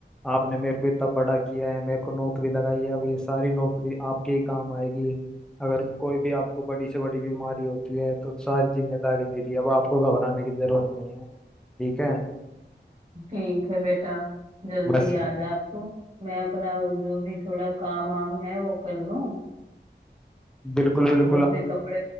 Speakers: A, in the centre; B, on the right (about 35°).
A: आपने मेरे को इतना बड़ा किया है मेरे को नौकरी लगाई है अब ये सारी नौकरी आपके ही काम आएगी अगर कोई भी आपको बड़ी से बड़ी बीमारी होती है तो सारी जिम्मेदारी मेरी है अब आपको घबराने की जरूरत नहीं है ठीक है
B: ठीक है बेटा जल्दी
A: बस
B: आ जा अब तो मैं अपना जो भी थोड़ा काम वाम है वो कर लूँ
A: बिल्कुल बिल्कुल
B: और अपने कपड़े